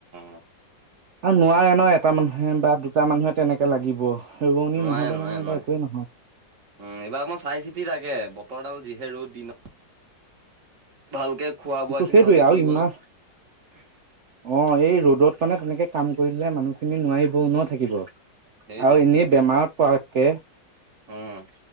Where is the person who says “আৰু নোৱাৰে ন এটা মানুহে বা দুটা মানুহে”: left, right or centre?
Right